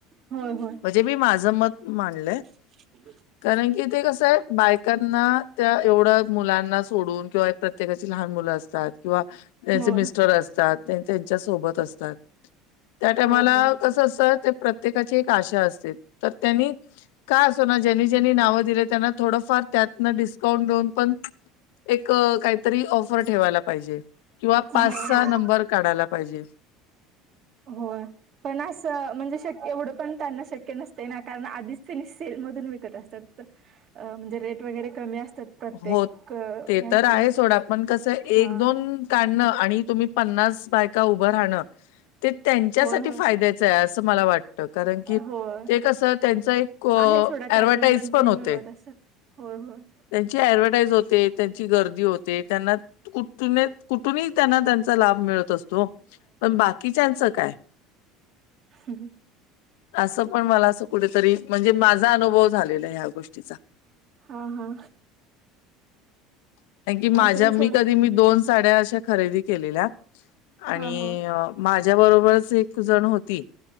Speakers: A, on the right; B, on the left.
A: होय होय
B: म्हणजे मी माझं मत मडलंय
A: ह
B: कारण की ते कसं आहे बायकांना त्या एवढं मुलांना सोडून किंवा प्रत्येकाची लहान मुलं असतात किंवा त्यांचे
A: होय
B: मिस्टर असत त्यांच्या सोबत असतात त्यााला
A: होय होय
B: कस असत प्रत्येकाची एक आशा असते तर त्यांनी काय असो ना ज्यांनी ज्यांनी नाव दिले त्यांना थोडंफार त्यातनस काउंट देऊन पण एक काहीतरी ऑफर ठेवायला पाहिजे किंवा
A: होय
B: पाचचा
A: होय
B: नंबर काढायला पाहिजे
A: हो पण असं म्हणजे शक्य एवढं पण त्यांना शक्य नसतं ना कारण आधीच त्यांनी सेलमधून विकत असतात अ म्हणजे रेट वगैरे कमी असतात प्रत्येक
B: हो
A: ह्याचे
B: ते तर आहे सोडा पण कसं
A: हा
B: एक दोन का तुम्ही पन्नास बायका उभा राहण हे त्यांच्यासाठी
A: होय होय
B: फाय असं मला वाटतं कारण की
A: होय
B: ते कसं त्यांचा एक
A: आहे सोडा त्यातून
B: ऍडवटाईज पण
A: तरी
B: होते
A: मिळवत असेल होय होय
B: त्यांची ऍडव्हटाईज होते त्यांची गर्दी होते त्यांना कुठ कु कुठूनही त्यांना त्यांचा लाभ मिळत असतो पण बाकीच्याच काय
A: ह हम्
B: असं पण मला असं कुठेतरी म्हणजे माझा अनुभव झालेला ह्या गोष्टीचा
A: हा हा
B: कार की माझ्या
A: असेल
B: मी
A: सोडा
B: कधी मी दोन साड्या अशा खरेदी केलेल्या आणि
A: हा हा
B: माझ्या बरोबरच एक जण होती